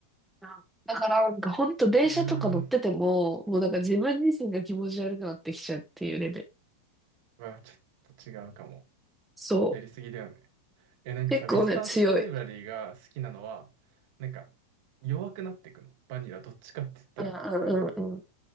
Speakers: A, in the centre; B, on the right.
A: うんだからなんか本当電車とか乗ってても、
B: うーん、
A: もうなんか自分自身が気持ち悪くなってきちゃうっていうレベル。
B: うわ、ちょっと違うかも。
A: そう。
B: やりすぎだよね。え、なんかさ、
A: 結構ね、
B: ウィスパーズ・
A: 強い。
B: イン・ザ・ライブラリーが好きなのは、なんか、弱くなっていくの。バニラ、どっちかって言ったら、
A: いや、うんうんうん。
B: なんか、